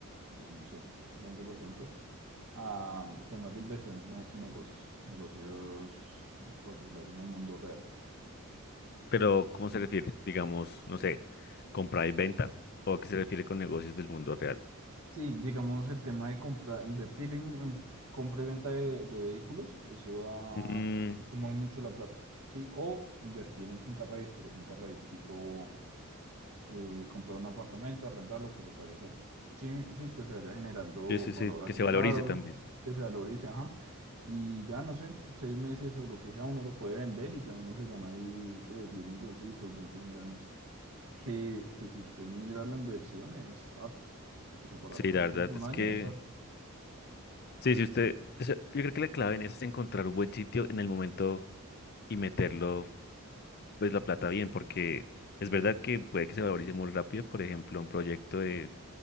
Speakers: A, on the right; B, on the left.
A: o no sé, 20% a um, temas de inversiones ne- en negocios, negocios, por decirlo así, en el mundo real.
B: Pero, ¿cómo se refiere? Digamos, no sé, compra y venta, o a qué se refiere con negocios del mundo real.
A: Sí, digamos el tema de comprar, invertir en en compra y venta de, de vehículos, eso da,
B: Mm,
A: eso mueve mucho la plata, ¿sí? O invertir en finca raíz, pero finca raíz tipo eh, comprar un apartamento, arrendarlo, que se pague solo. Sí, sí, que se vaya generando
B: sí, sí,
A: valor
B: sí,
A: agregado,
B: que se valorice también.
A: que se valorice, ajá. Y ya no sé, seis meses o lo que sea, uno lo puede vender y ya uno se gana ahí que 10 milloncitos, 20 millones. Que, que si usted mira la inversión es harto. O sea, para
B: Sí,
A: seis
B: la
A: meses,
B: verdad
A: un
B: es
A: año
B: que,
A: es harto.
B: sí, sí, usted, o sea, yo creo que la clave en eso es encontrar un buen sitio en el momento y meterlo, pues, la plata bien, porque es verdad que puede que se valorice muy rápido, por ejemplo, un proyecto de